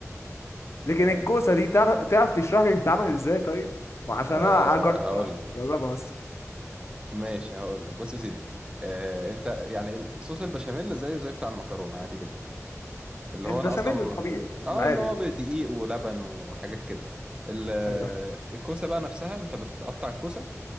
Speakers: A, on the left; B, on the right.
A: لكن
B: أه...
A: الكوسه دي تعرف تعرف تشرح لي بتتعمل ازاي طيب عشان
B: أه...
A: انا اجربها
B: هقول
A: اجربها بس
B: ماشي هقول لك بص يا سيدي آه انت يعني ال- صوص البشاميل زيه زي بتاع المكرونه عادي جدا اللي
A: البشاميل
B: هو انا اصلا
A: الطبيعي
B: اه آه،
A: العادي
B: اللي هو
A: ده.
B: بدقيق ولبن وحاجات كده ال- آه،
A: ايوه
B: الكوسه بقى نفسها انت بتقطع الكوسه